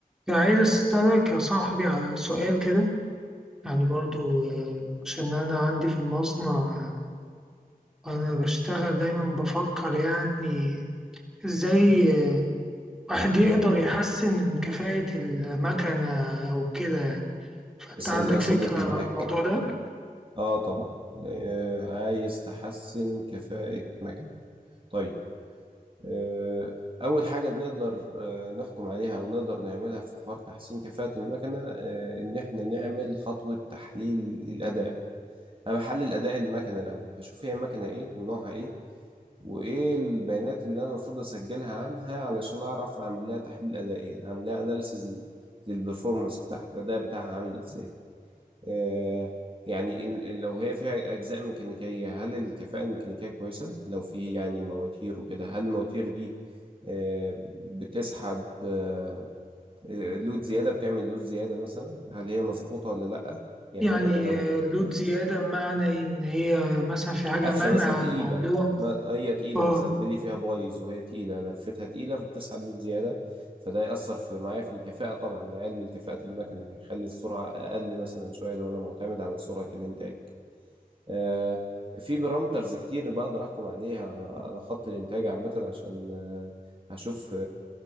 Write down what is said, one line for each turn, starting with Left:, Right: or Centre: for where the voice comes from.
Centre: يعني عايز أسألك يا صاحبي على سؤال كده يعني برضو آه، عشان أنا عندي في المصنع آه، وأنا بشتغل دايما بفكر يعني إزاي آه، واحد يقدر يحسن من كفاءة المكنة أو كده يعني. فأنت
Right: اسأل
Centre: عندك
Right: يا صديقي
Centre: فكرة
Right: معاك
Centre: عن الموضوع ده؟
Right: اه طبعا آه عايز تحسن كفاءة مكنة طيب آه اول حاجة بنقدر آه نحكم عليها او نقدر نعملها في حوار تحسين كفاءة المكنة آه ان احنا نعمل خطوة تحليل الاداء انا بحلل اداء المكنة الاول بشوف هي مكنة ايه ونوعها ايه وايه البيانات اللي انا المفروض اسجلها عنها علشان اعرف اعمل لها تحليل ادائي يعني اعمل لها اناليسز للبرفورمانس بتاعها الاداء بتاعها عامل ازاي آه، يعني ال- ال- لو هي فيها أجزاء ميكانيكية هل الكفاءة الميكانيكية كويسة؟ لو في يعني مواتير وكده هل المواتير دي آه، بتسحب آه، آه، لود زيادة بتعمل لود زيادة مثلا هل هي مظبوطة ولا لأ؟ يعني
Centre: يعني
Right: هي لو
Centre: آه، لود زيادة بمعنى إن هي مثلا في حاجة
Right: قفشة
Centre: منع
Right: مثلا تقيلة
Centre: الموضوع
Right: ما هي تقيلة
Centre: اه
Right: مثلا البلي فيها بايظ وهي تقيلة لفتها تقيلة فبتسحب لود زيادة فده يأثر في معايا في الكفاءة طبعا يقلل كفاءة المكنة هيخلي السرعة أقل مثلا شوية لو أنا معتمد على سرعة الإنتاج آه، في بارامترز كتير بقدر احكم عليها على على خط الانتاج عامه عشان آه، هشوف